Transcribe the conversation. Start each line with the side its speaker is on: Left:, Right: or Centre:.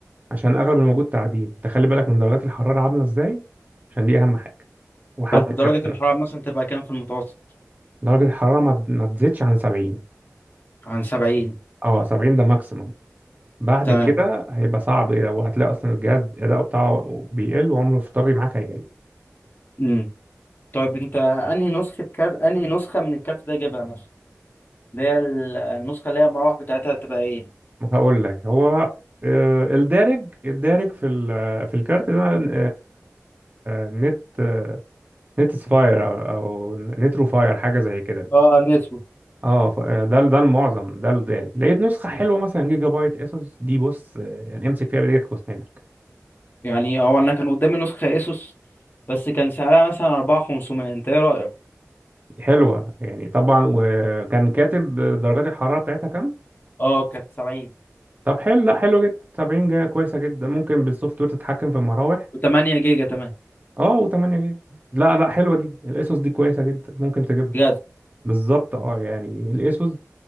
Right: عشان اغلب الموجود تعدين تخلي بالك من درجات الحراره عامله ازاي عشان دي اهم حاجه وحاله
Left: طب
Right: الكارت
Left: درجه
Right: نفسه.
Left: الحراره مثلا تبقى كام في المتوسط
Right: درجه الحراره ما ما تزيدش عن 70
Left: عن 70
Right: اه 70 ده ماكسيمم بعد
Left: تمام
Right: كده هيبقى صعب وهتلاقي اصلا الجهاز اداؤه بتاعه بيقل وعمره في طري معاك هيقل
Left: امم طيب انت انهي نسخه كارت انهي نسخه من الكارت ده جايبها مثلا اللي هي النسخة اللي هي المراوح بتاعتها هتبقى ايه
Right: هقول لك هو آه، الدارج الدارج في ال- في الكارت ده آه، آه، نت آه، نت سفاير او او نترو فاير حاجه زي كده
Left: اه نسمو
Right: اه ف- آه، ده ده المعظم ده الدارج لقيت نسخه حلوه مثلا جيجا بايت اسوس دي بص آه، يعني امسك فيها بايدك واسنانك
Left: يعني هو انا كان قدامي نسخة اسوس بس كان سعرها مثلا 4500 انت ايه رأيك
Right: حلوه يعني طبعا وكان كاتب درجات الحراره بتاعتها كام
Left: اه كانت 70
Right: طب حلو لا حلو جدا 70 جيجا كويسه جدا ممكن بالسوفت وير تتحكم في المراوح
Left: و8 جيجا تمام
Right: اه و8 جيجا لا لا حلوه دي الاسوس دي كويسه جدا ممكن تجيبها
Left: بجد
Right: بالظبط اه يعني الاسوس